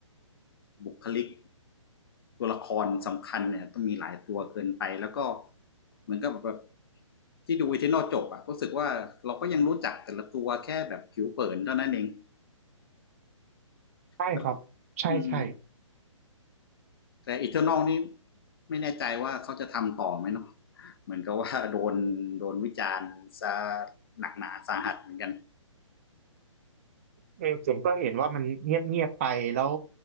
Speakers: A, on the left; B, on the right.
A: บุคลิก ตัวละครสำคัญเนี่ยต้องมีหลายตัวเกินไปแล้วก็เหมือนกับแบบที่ดูวิทนอลจบอะรู้สึกว่าเราก็ยังรู้จักแต่ละตัวแค่แบบผิวเผินเท่านั้นเอง
B: ใช่ครับใช่ใช่
A: แล้วก็อืมแต่อีเทอร์นอลนี่ไม่แน่ใจว่าเขาจะทำต่อไหมเนาะเหมือนกับว่าโดนโดนวิจารณ์ซะหนักหนาสาหัสเหมือนกัน
B: เออผมก็เห็นว่ามันเงียบเงียบไปแล้ว